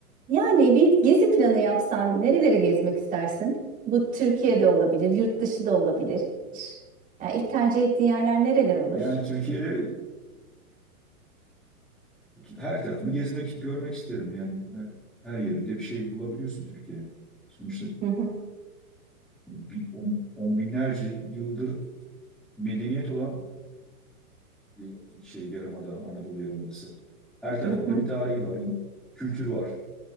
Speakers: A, on the right; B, in the centre.
A: Yani bir gezi planı yapsan nereleri gezmek istersin? Bu Türkiye'de olabilir, yurt dışı da olabilir. Ya ilk tercih ettiğin yerler nereler olur?
B: Yani Türkiye'de her tarafını gezmek, görmek isterim. Yani ben- her yerinde bir şey bulabiliyorsun Türkiye'nin. Sonuçta e,
A: Hı hı,
B: bi- on, on binlerce yıldır medeniyet olan e, şey yarımada, Anadolu Yarımadası. Her tarafında
A: hı hı.
B: bir tarihi var, in- kültürü var.